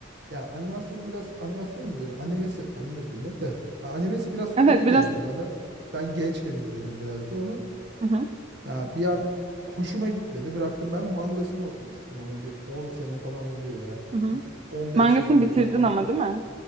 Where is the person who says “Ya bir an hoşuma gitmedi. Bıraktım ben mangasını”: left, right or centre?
Right